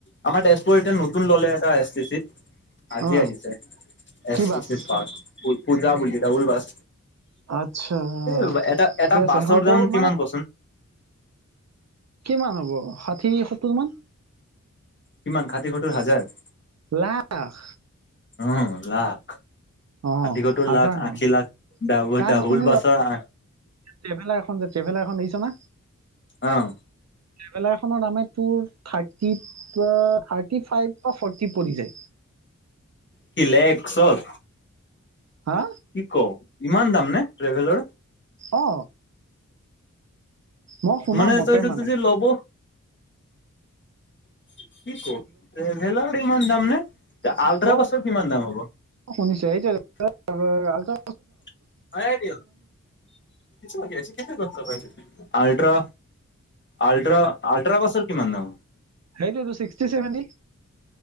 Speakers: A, on the left; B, on the right.
A: আমাৰ তেজপুৰত এতিয়া নতুন ললে এটা এছ টি চিত আজি
B: অ
A: আহিছে
B: কি
A: এছ
B: বাছ
A: টি পূজা বুলি ডাবুল বাছ
B: আচ্ছা
A: এ এটা
B: ঠিকে
A: এটা
B: আছে
A: বাছৰ
B: সেইখন
A: দাম
B: ক
A: কিমান
B: মানে
A: কচোন।
B: কিমান হ'ব ষাঠি সত্তৰ মান
A: কিমান ষাঠি সত্তৰ হাজাৰ
B: লাখ
A: উম লাখ।
B: অ
A: ষাঠি সত্তৰ
B: হাজাৰ
A: লাখ
B: নহয়
A: আশী লাখ ডাহ
B: কাৰণ
A: ডাবুল
B: শুনি
A: বাছৰ।
B: ল ট্ৰেভেলাৰ এখন যে ট্ৰেভেলাৰ এখন দেখিছ না
A: আহ
B: ট্ৰেভেলাৰ এখনৰ দামে টু থাৰ্টি থাৰ্টি ফাইভ বা ফৰ্টি পৰিছে।
A: কি লেকচত
B: হা
A: কি ক ইমান দাম নে ট্ৰেভেলাৰ
B: অ মই শুনা
A: মানে
B: মতে
A: তইটো
B: মানে
A: যদি ল'ব। <unintelligible> কি ক ট্ৰেভেলাৰ ইমান দাম নে?
B: <unintelligible>
A: আল্ট্ৰা
B: অ
A: বাছৰ কিমান দাম হ'ব
B: শুনিছে এতিয়া আলছে।
A: <unintelligible> হয় ন কিছু লাগি আছ কে ক আলট্ৰা আলট্ৰা আলট্ৰা বাছৰ কিমান দাম।
B: সেইটো তো চিক্সটি চেভনেই